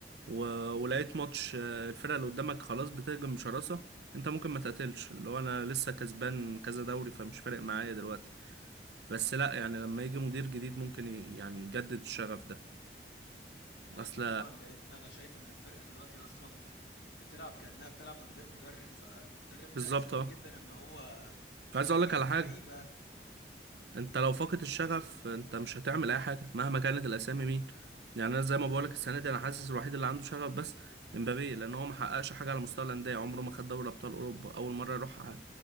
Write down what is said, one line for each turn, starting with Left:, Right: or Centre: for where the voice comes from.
Right: و... ولقيت ماتش آه، الفرقه اللي قدامك خلاص بتهجم بشراسه انت ممكن ما تقاتلش اللي هو انا لسه كسبان كذا دوري فمش فارق معايا دلوقتي بس لا يعني لما يجي مدير جديد ممكن ي... يعني يجدد الشغف ده
Left: واكيد
Right: اصل
Left: طبعا لان انا شايف ان الفرقه دلوقتي اصلا بتلعب كانها بتلعب من غير مدرب فالمدرب
Right: بالظبط
Left: ده اساسي
Right: اه
Left: جدا ان هو يشجع
Right: عايز اقول لك على
Left: اللعيبه
Right: حاجه انت لو فاقد الشغف انت مش هتعمل اي حاجه مهما كانت الاسامي مين يعني انا زي ما بقول لك السنه دي انا حاسس الوحيد اللي عنده شغف بس امبابي لان هو ما حققش حاجه على مستوى الانديه عمره ما خد دوري ابطال اوروبا اول مره يروح ع-